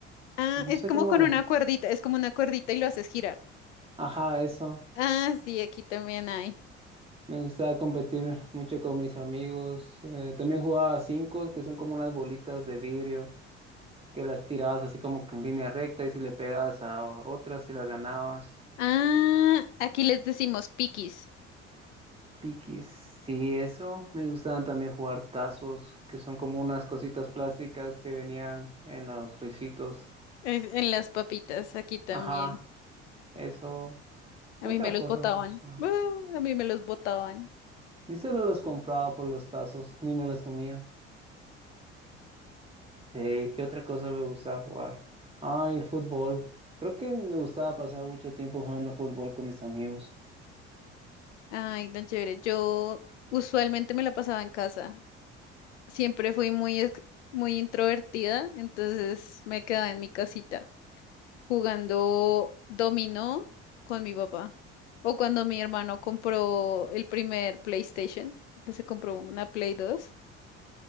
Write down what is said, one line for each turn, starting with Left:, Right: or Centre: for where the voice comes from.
Left: Ah,
Right: no
Left: es
Right: sé
Left: como
Right: cómo,
Left: con
Right: de-
Left: una cuerdita, es como una cuerdita y lo haces girar.
Right: ajá, eso.
Left: Ah, sí, aquí también hay.
Right: Me gustaba competir mucho con mis amigos. Eh, también jugaba a cinco, que son como unas bolitas de vidrio que las tirabas así como que en línea recta y si le pegabas a otras, si las ganabas.
Left: Ah, aquí les decimos piquis
Right: Piquis, sí, eso. Me gustaban también jugar tazos, que son como unas cositas plásticas que venían en los risitos.
Left: es- en las papitas, aquí también.
Right: Ajá. Eso
Left: A
Right: ¿Qué
Left: mí
Right: otra
Left: me los
Right: cosa
Left: botaban.
Right: me gustaba?
Left: Ah, a mí me los botaban.
Right: Yo solo los compraba por los tazos, ni me los comía. Sí, ¿qué otra cosa me gustaba jugar? Ay, fútbol. Creo que me gustaba pasar mucho tiempo jugando fútbol con mis amigos.
Left: Ay, tan chévere. Yo usualmente me la pasaba en casa. Siempre fui muy, ex- muy introvertida, entonces me quedaba en mi casita jugando dominó con mi papá. O cuando mi hermano compró el primer PlayStation, que se compró una Play 2,